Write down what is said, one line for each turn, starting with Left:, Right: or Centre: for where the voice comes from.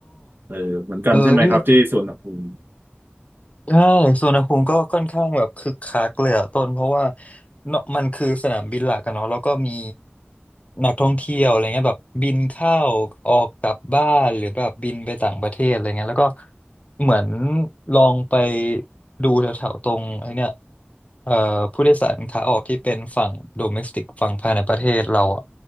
Right: เออเหมือนกันใช่ไหมครับที่สุวรรณภูมิ
Left: เออที่อืม ใช่สุวรรณภูมิก็ค่อนข้างแบบคึกคักเลยอะต้นเพราะว่าเนาะมันคือสนามบินหลักกันเนาะแล้วก็มีนักท่องเที่ยวอะไรเงี้ยแบบบินเข้าออกกลับบ้านหรือแบบบินไปต่างประเทศอะไรเงี้ยแล้วก็เหมือนลองไปดูแถวๆตรงไอ้เนี่ยเอ่อผู้โดยสารขาออกที่เป็นฝั่งโดเมสติกฝั่งภายในประเทศเราอะ